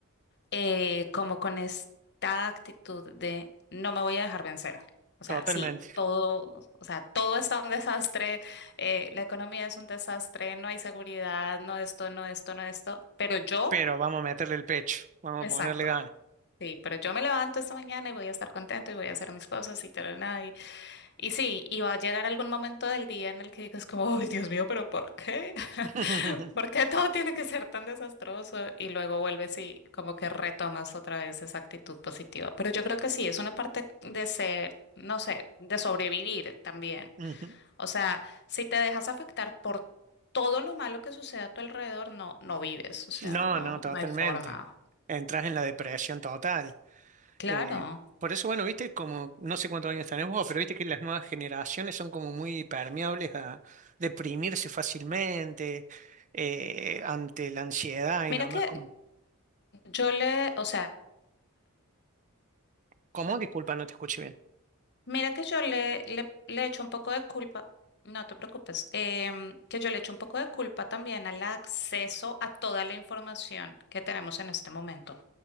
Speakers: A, on the left; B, on the right.
A: eh, como con esta actitud de no me voy a dejar vencer. O sea,
B: totalmente.
A: sí. Todo, o sea, todo está un desastre, eh, la economía es un desastre, no hay seguridad, no esto, no esto, no esto, pero yo
B: Pero vamos a meterle el pecho, vamos
A: Exacto.
B: a ponerle ganas.
A: Sí, pero yo me levanto esta mañana y voy a estar contento y voy a hacer mis cosas y tal, nada. Y, y sí, y va a llegar algún momento del día en el que digas como, ay, Dios mío, pero ¿por qué? <laughs>
B: <laughs>
A: ¿Por qué todo tiene que ser tan desastroso? Y luego vuelves y como que retomas otra vez esa actitud positiva. Pero yo creo que sí, es una parte de ser, no sé, de sobrevivir también.
B: Ujú.
A: O sea, si te dejas afectar por todo lo malo que sucede a tu alrededor, no, no vives. O sea,
B: No,
A: no,
B: no, totalmente.
A: no hay forma.
B: Entras en la depresión total.
A: Claro.
B: Eh, por eso, bueno, viste, como no sé cuántos años tenés vos, pero viste que las nuevas generaciones son como muy permeables a deprimirse fácilmente eh, ante la ansiedad y
A: Mira
B: nomás
A: que
B: como,
A: yo le, o sea,
B: ¿cómo? Disculpa, no te escuché bien.
A: mira que yo le, le, le echo un poco de culpa, no te preocupes, em, que yo le echo un poco de culpa también al acceso a toda la información que tenemos en este momento.